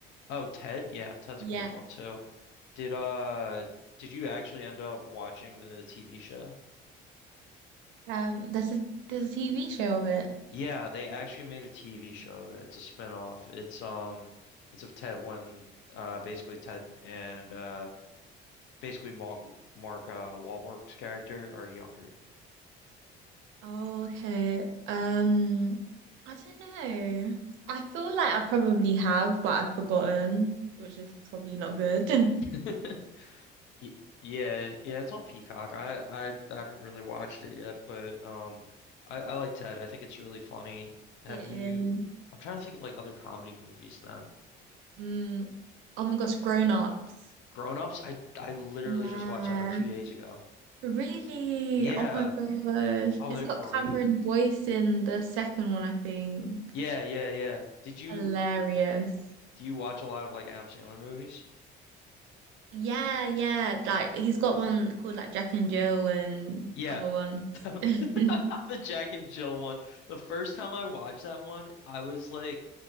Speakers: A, on the left (about 75°); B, on the right (about 85°).
A: oh Ted yeah Ted's
B: yeah.
A: a great one too did uh did you actually end up watching the TV show
B: Um, there's a there's a TV show of it.
A: yeah they actually made a TV show of it it's a spin-off it's um it's of Ted when uh basically Ted and uh basically Mark Mark uh, Wahlberg's character are younger.
B: Oh, okay. Um, I don't know. I feel like I probably have, but I've forgotten, which is probably not good. <laughs>
A: <laughs> Y- Yeah, yeah, it's on Peacock. I, I I haven't really watched it yet, but um, I I like Ted. I think it's really funny. Have
B: It
A: you?
B: is.
A: I'm trying to think of like other comedy movies then.
B: Mm. Oh my gosh, Grown Ups.
A: Grown Ups. I I literally
B: Yeah.
A: just watched that like two days ago.
B: Really?
A: Yeah.
B: Oh my gosh.
A: Oh,
B: It's
A: they're
B: got
A: great.
B: Cameron Boyce in the second one, I think.
A: Yeah, yeah, yeah. Did you
B: Hilarious.
A: do you watch a lot of like Adam Sandler movies?
B: Yeah, yeah. Like he's got one called like Jack and Jill and
A: Yeah,
B: other ones.
A: <laughs> The
B: <laughs>
A: Jack and Jill one. The first time I watched that one, I was like,